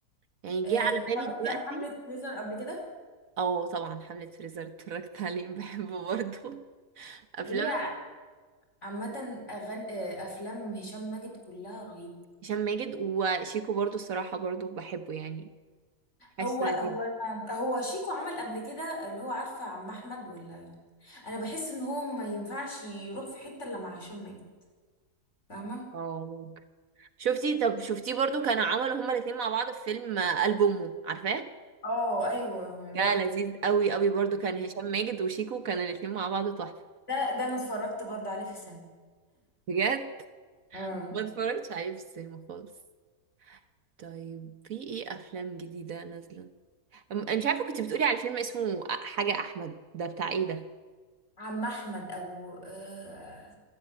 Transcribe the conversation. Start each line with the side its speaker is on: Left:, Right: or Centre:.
Right: يعني
Left: آه،
Right: جه على
Left: اتفرجتي
Right: بالي دلوقتي
Left: على حملة فريزر قبل كده
Right: اه طبعا حمله فريزر اتفرجت عليه بحبه برضه <laughs> افلام
Left: هي عامة أغان... آه، أفلام هشام ماجد كلها رهيبة
Right: هشام ماجد وشيكو برضو الصراحة برضو بحبه يعني حاسه
Left: هو هو
Right: لذيذ
Left: هو شيكو عمل قبل كده اللي هو عارفة عم احمد ولا أنا بحس إن هو ما ينفعش يروح في حتة إلا مع هشام ماجد فاهمة؟
Right: اه ممكن شفتي طب شفتيه برضو كانوا عملوا هما الاتنين مع بعض في فيلم آه، قلب أمه عارفاه
Left: اه ايوه
Right: ده
Left: برضه
Right: لذيذ قوي قوي برضو كان هشام ماجد وشيكو كانوا الاتنين مع بعض تحفة
Left: ده ده انا اتفرجت برضه عليه في السينما
Right: بجد
Left: <laughs> امم
Right: ما اتفرجتش عليه في السينما خالص طيب في ايه افلام جديدة نازلة أم- انا مش عارفة كنت بتقولي على فيلم اسمه أ- حاجة احمد ده بتاع ايه ده
Left: عم أحمد أبو آه،